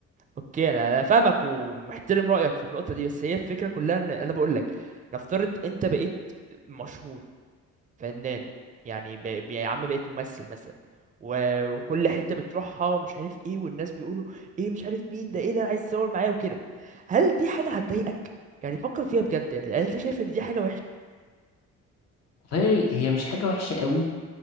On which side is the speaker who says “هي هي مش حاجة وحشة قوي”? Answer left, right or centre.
Left